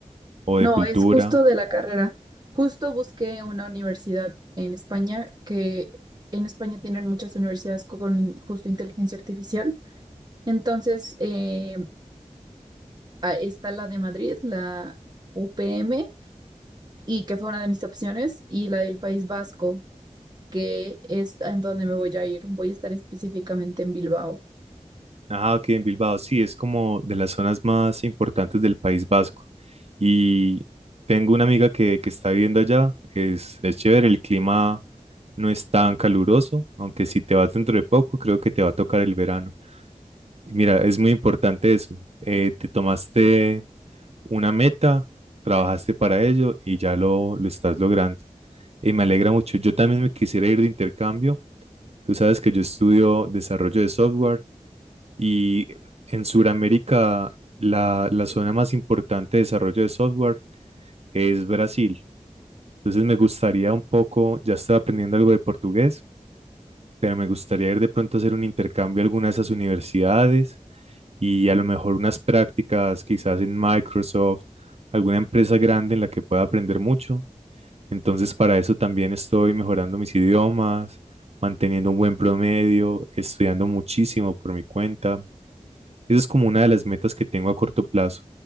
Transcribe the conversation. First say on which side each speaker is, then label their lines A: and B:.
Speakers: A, on the right (about 55°); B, on the right (about 35°).
A: o de
B: No,
A: cultura.
B: es justo de la carrera. Justo busqué una universidad en España, que en España tienen muchas universidades con in- justo inteligencia artificial. Entonces, eh, ah, está la de Madrid, la UPM, y que fue una de mis opciones, y la del País Vasco, que es en donde me voy a ir. Voy a estar específicamente en Bilbao.
A: Ah, ok, en Bilbao, sí, es como de las zonas más importantes del País Vasco. Y tengo una amiga que, que está viviendo allá, es, es chévere, el clima no es tan caluroso, aunque si te vas dentro de poco, creo que te va a tocar el verano. Mira, es muy importante eso. eh, te tomaste una meta, trabajaste para ello y ya lo, lo estás logrando. Y me alegra mucho. Yo también me quisiera ir de intercambio. Tú sabes que yo estudio desarrollo de software Y en Sudamérica, la, la zona más importante de desarrollo de software es Brasil. Entonces me gustaría un poco, ya estoy aprendiendo algo de portugués, pero me gustaría ir de pronto a hacer un intercambio a alguna de esas universidades y a lo mejor unas prácticas quizás en Microsoft, alguna empresa grande en la que pueda aprender mucho. Entonces para eso también estoy mejorando mis idiomas, manteniendo un buen promedio, estudiando muchísimo por mi cuenta. Esa es como una de las metas que tengo a corto plazo.